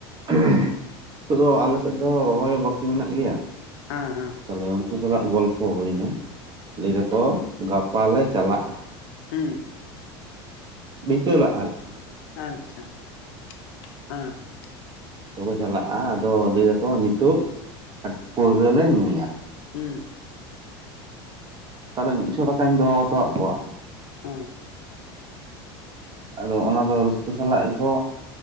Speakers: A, on the right; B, on the left.
A: <inaudible> ᱱᱤᱛᱚᱜ ᱫᱚ ᱟᱞᱮᱥᱮᱫ ᱫᱚ ᱨᱚᱦᱚᱭ ᱦᱚᱸ ᱵᱟᱹᱠᱤ ᱢᱮᱱᱟᱜ ᱜᱮᱭᱟ ᱾
B: ᱦᱮᱸ ᱦᱮᱸ ᱾
A: ᱛᱟᱦᱚᱞᱮ ᱩᱱᱠᱩ ᱥᱟᱞᱟᱜ ᱜᱚᱞᱯᱷᱚ ᱦᱩᱭ ᱮᱱᱟ ᱞᱟᱹᱭ
B: ᱦᱩᱸ
A: ᱮᱫᱟᱠᱚ ᱜᱟᱯᱟ ᱞᱮ ᱪᱟᱞᱟᱜ-ᱟ ᱾
B: ᱦᱩᱸ ᱾
A: ᱵᱷᱤᱛᱟᱹᱞᱟᱜ ᱟᱨᱠᱤ ᱾
B: ᱟᱪᱪᱷᱟ <inaudible> ᱦᱮᱸ ᱾
A: ᱡᱚᱛᱚ ᱠᱚ ᱪᱟᱞᱟᱜ-ᱟ ᱟᱫᱚ ᱞᱟᱹᱭ ᱮᱫᱟᱠᱚ ᱱᱤᱛᱚᱜ <inaudible> ᱯᱟᱹᱣᱨᱟᱹ ᱞᱮ ᱧᱩᱭᱟ ᱾
B: ᱦᱩᱸ ᱾
A: ᱛᱟᱦᱚᱞᱮ ᱢᱤᱫᱥᱚ ᱴᱟᱠᱟᱧ ᱫᱚᱦᱚ ᱦᱚᱴᱚ ᱟᱫ ᱠᱚᱣᱟ ᱾
B: ᱦᱮᱸ ᱾
A: ᱟᱫᱚ ᱚᱱᱟ ᱫᱚ ᱨᱟᱹᱥᱠᱟᱹ ᱥᱟᱞᱟᱜ ᱜᱮᱠᱚ